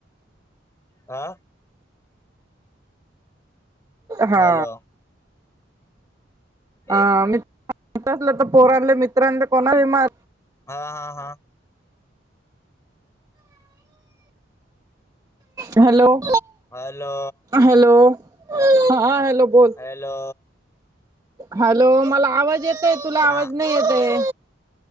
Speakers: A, on the left; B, on the right.
A: हा
B: हा
A: हॅलो
B: हा
A: ए
B: म असलं तर पोरांले मित्रांले कोणाही म
A: हा हा हा
B: हॅलो
A: हॅलो
B: हॅलो हा हॅलो ब
A: हॅलो
B: हॅलो मला आवाज येतंय तुला
A: हा
B: आवाज नाही येतंय.